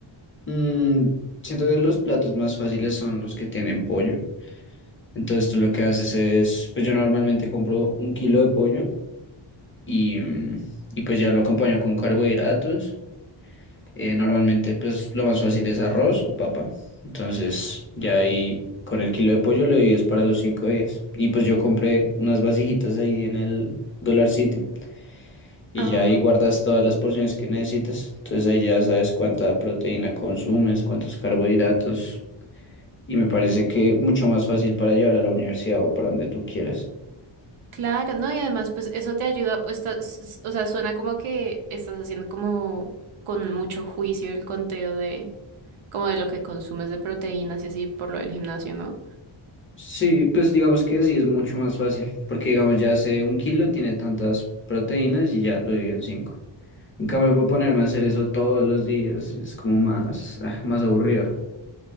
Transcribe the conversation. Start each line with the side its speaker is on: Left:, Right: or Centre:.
Left: mm, siento que los platos más fáciles son los que tienen pollo. Entonces tú lo que haces es, pues yo normalmente compro un kilo de pollo y, mm, y pues ya lo acompaño con carbohidratos. Eh, normalmente, pues lo más fácil es arroz o papa. Entonces, ya ahí con el kilo de pollo lo divides para los cinco días. Y pues yo compré unas vasijitas ahí en el Dollar City y
Right: Ajá,
Left: ya ahí guardas todas las porciones que necesitas. Entonces ahí ya sabes cuánta proteína consumes, cuántos carbohidratos. Y me parece que mucho más fácil para llevar a la universidad o para donde tú quieras.
Right: claro, no, y además, pues eso te ayuda, pues, estás- o sea, suena como que estás haciendo como con mucho juicio el conteo de, como de lo que consumes de proteínas y así por lo del gimnasio, ¿no?
Left: Sí, pues digamos que sí es mucho más fácil, porque digamos ya hace un kilo tiene tantas proteínas y ya lo dividen en cinco. En cambio, para ponerme a hacer eso todos los días es como más, ah, más aburrido.